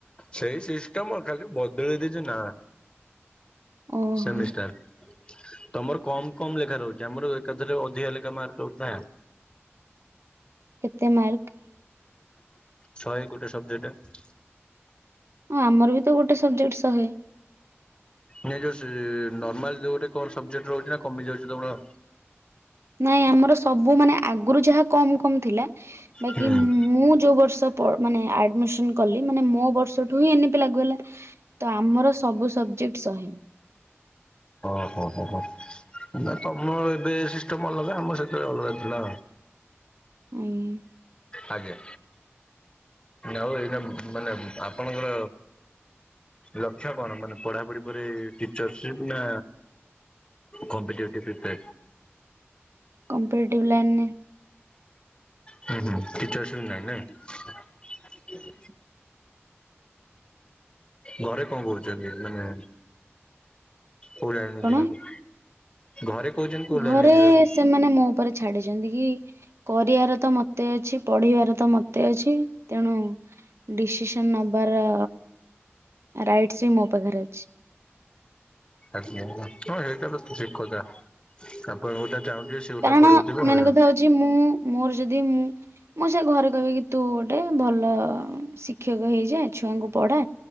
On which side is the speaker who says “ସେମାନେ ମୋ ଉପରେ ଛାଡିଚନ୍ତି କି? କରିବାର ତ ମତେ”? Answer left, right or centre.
Right